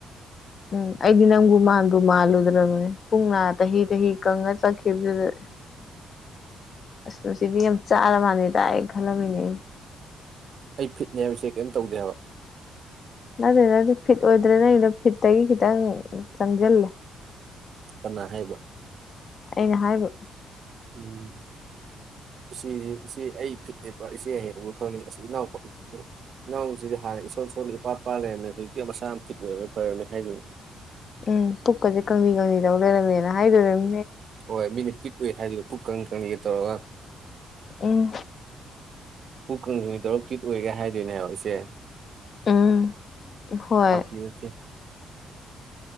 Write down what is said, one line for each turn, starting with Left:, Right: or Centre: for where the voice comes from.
Left: ꯎꯝ ꯑꯩꯗꯤꯟ ꯅꯪꯨ ꯃꯥ ꯑꯗꯨ ꯃꯥꯜꯂꯨꯗ꯭ꯔꯕꯅꯦ ꯄꯨꯡꯅ ꯆꯍꯤ ꯆꯍꯤ ꯀꯪꯉ ꯆꯠꯈꯤꯕꯗꯨꯗ ꯑꯁ ꯃꯁꯤꯗꯤ ꯌꯥꯝ ꯆꯥꯔ ꯃꯥꯜꯂꯦ ꯇꯥꯛꯥꯏꯑꯅ ꯈꯜꯂꯝꯃꯤꯅꯦ ꯑꯩꯅ
Right: ꯑꯩ ꯐꯤꯠꯅꯦ ꯍꯥꯏꯕꯁꯦ ꯀꯩꯝ ꯇꯧꯗꯦ ꯍꯥꯏꯕ
Left: ꯑꯗꯨꯗ ꯅꯗꯤ ꯐꯤꯠ ꯑꯣꯏꯗ꯭ꯔꯦꯅꯩꯅ ꯐꯤꯠ ꯇꯒꯤ ꯈꯤꯇꯪ ꯆꯪꯁꯤꯜꯂꯦ
Right: ꯀꯅꯥ ꯍꯥꯏꯕ
Left: ꯑꯩꯅ ꯍꯥꯏꯕ
Right: ꯎꯝ ꯏꯆꯦꯗꯤ ꯏꯆꯦ ꯑꯩ ꯐꯤꯠꯅꯦꯕ ꯏꯆꯦ ꯍꯌꯦꯕ ꯈꯪꯉꯤ ꯑꯁꯤ ꯏꯅꯥꯎ ꯏꯅꯥꯎꯁꯤꯗꯤ ꯍꯥꯟꯅ ꯏꯁꯣꯔ ꯁꯣꯟ ꯏꯄꯥ ꯏꯄꯥ ꯂꯩꯔꯝꯃꯦ ꯍꯧꯖꯤꯛꯇꯤꯦ ꯃꯁꯥ ꯌꯥꯝ ꯐꯤꯠ ꯑꯣꯏꯔꯝꯃꯦ ꯐꯔꯝꯃꯦ ꯍꯥꯏꯗꯣꯏꯅꯦ
Left: ꯎꯝ ꯄꯨꯛꯀꯁꯦ ꯀꯪꯂꯤ ꯀꯪꯂꯤꯗꯧ ꯂꯩꯔꯝꯃꯦꯅ ꯍꯥꯏꯗꯣꯏꯔꯝ
Right: ꯍꯣꯏ ꯃꯤꯅꯤ ꯀꯠ ꯑꯣꯏꯏ ꯍꯥꯏꯗꯤ ꯄꯨꯛ ꯆꯤꯠꯇꯂꯕ
Left: ꯎꯝ
Right: ꯄꯨꯡ ꯀ ꯍꯅꯤ ꯇꯔꯨꯛꯀꯤꯨꯠ ꯑꯣꯏꯒꯦ ꯍꯥꯏꯗꯣꯏꯅꯦ ꯍꯥꯏꯑꯣ ꯑꯩꯆꯦ
Left: ꯎꯝ ꯍꯣꯏ
Right: ꯐꯀꯤꯠꯇꯦ